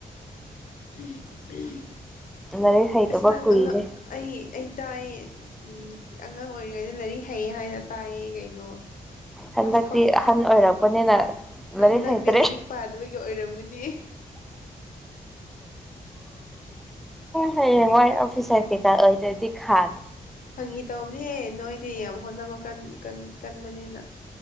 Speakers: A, on the left; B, in the centre.
A: ꯎꯝ ꯎꯝ
B: ꯂꯥꯏꯔꯤꯛ ꯍꯩꯇꯕ
A: ꯑꯁ ꯅꯪ
B: ꯀꯨꯏꯔꯦ
A: ꯑꯉꯥꯡ ꯑꯩ ꯑꯩ ꯇꯥꯏ ꯎꯝ ꯑꯉꯥꯡ ꯑꯣꯏꯔꯤꯉꯩꯗ ꯂꯥꯏꯔꯤꯛ ꯍꯩꯌꯦ ꯍꯥꯏꯅ ꯇꯥꯏꯌꯦ ꯀꯩꯅꯣ
B: ꯍꯟꯗꯛꯇꯤ
A: ꯑꯁ ꯍꯧꯖꯤꯛ
B: ꯑꯍꯟ ꯑꯣꯏꯔꯛꯄꯅꯤꯅ ꯂꯥꯏꯔꯤꯛ
A: ꯍꯟꯗꯛꯇꯤ
B: ꯍꯩꯇ꯭ꯔꯦ
A: ꯂꯥꯏꯔꯤꯛ ꯄꯥꯗꯕꯒꯤ ꯑꯣꯏꯔꯝꯒꯅꯤ
B: ꯍꯌꯦꯡ ꯋꯥꯏ ꯑꯣꯐꯤꯁꯔ ꯀꯦꯀꯥ ꯑꯣꯏꯗ꯭ꯔꯗꯤ ꯈꯥ
A: ꯐꯥꯒꯤ ꯇꯧꯕꯅꯦꯍꯦ ꯅꯣꯏꯗꯤ ꯌꯥꯝ ꯍꯣꯠꯅꯕ ꯀꯟ ꯀꯟ ꯀꯟꯕꯅꯤꯅ